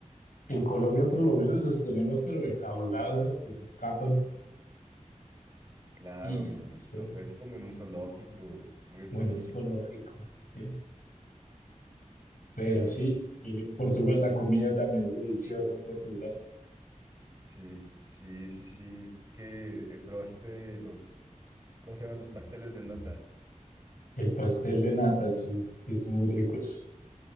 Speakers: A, on the left; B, on the right.
A: en Colombia por lo menos los tenemos, pero enjaulados porque se escapan.
B: Claro,
A: Y
B: y
A: sí,
B: los ves como en un zoológico eh, muy específico.
A: bueno, es solo sí. Pero
B: Claro,
A: sí, sí, en Portugal, la comida también es deliciosa en Portugal.
B: sí, sí, sí, sí. ¿Qué eh, probaste los, ¿cómo se llaman? Los pasteles de nata.
A: El pastel de nata, sí, sí, es muy rico eso.